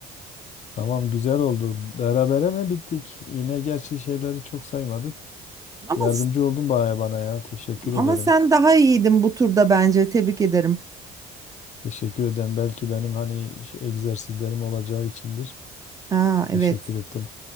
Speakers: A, on the left (about 45°); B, on the right (about 20°).
A: Tamam güzel oldu. Berabere mi bittik? Yine gerçi şeyleri çok saymadık.
B: Ama
A: Yardımcı oldun baya bana ya. Teşekkür ederim.
B: ama sen daha iyiydin bu turda bence. Tebrik ederim.
A: Teşekkür ederim. Belki benim hani şey- egzersizlerim olacağı içindir.
B: Aa evet.
A: Teşekkür ettim.